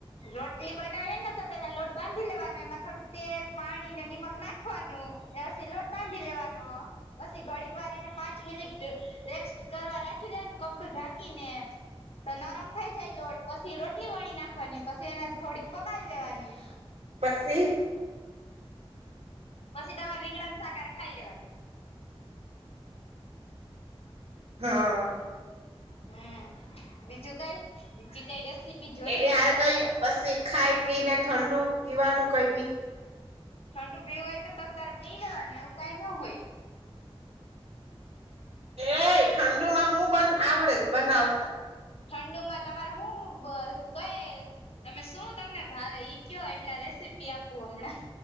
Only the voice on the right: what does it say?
પછી.
હા.
એની હારે
કઈ
પછી ખાઈ પી ને ઠંડુ પીવાનું કઈ બી.
એ ઠંડુમાં હું બ આવડેશ બનાવતા